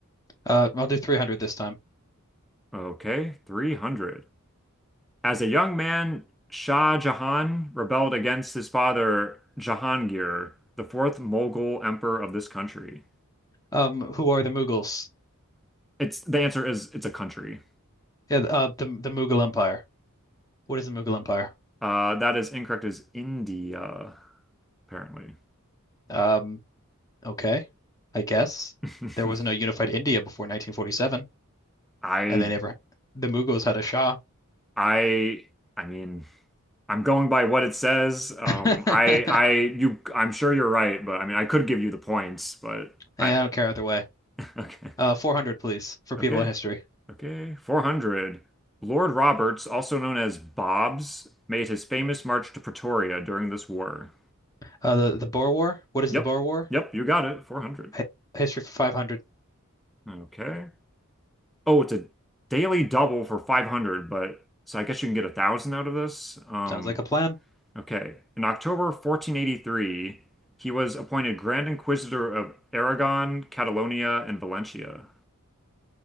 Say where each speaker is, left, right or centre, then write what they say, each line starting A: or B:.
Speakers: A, on the left; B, in the centre.
A: Uh, I'll do 300 this time.
B: Okay. 300. As a young man, Shah Jahan rebelled against his father, Jahangir, the fourth Mughal emperor of this country.
A: Um, who are the Mughals?
B: It's the answer is it's a country.
A: Yeah, the- uh, the the Mughal Empire. What is the Mughal Empire?
B: Uh, that is incorrect is India, apparently.
A: Um, okay, I guess
B: <laughs>
A: there was no unified India before 1947,
B: I
A: and they never. The Mughals had a Shah.
B: I I mean, I'm going by what it says. Um,
A: <laughs>
B: I I you I'm sure you're right, but I mean, I could give you the points, but
A: And
B: I
A: I don't care either way.
B: <laughs> okay.
A: Uh, 400, please, for people
B: Okay.
A: in history.
B: Okay. 400. Lord Roberts, also known as Bobs, made his famous march to Pretoria during this war.
A: Uh, the the Boer War. What is
B: Yep.
A: the Boer War?
B: Yep. You got it. 400.
A: Hi history for 500.
B: Okay. Oh, it's a daily double for 500, but so I guess you can get a thousand out of this. Um,
A: Sounds like a plan.
B: okay. In October 1483, he was appointed Grand Inquisitor of Aragon, Catalonia, and Valencia.